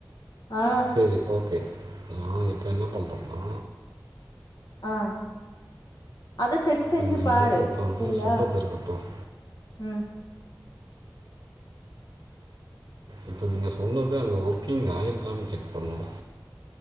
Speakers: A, on the left; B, on the right.
A: ஆ
B: செரி ஓகே நான் இப்போ என்ன பண்றோம்னா
A: ஆ அத செக் செஞ்சு
B: நீங்க
A: பாரு
B: வந்து இப்ப வந்து
A: செரியா
B: சொல்றது இருக்கட்டும்.
A: உம்
B: இப்போ நீங்கள் சொன்னது அங்கே ஒர்க்கிங் ஆயிருக்கான்னு செக் பண்ணோம்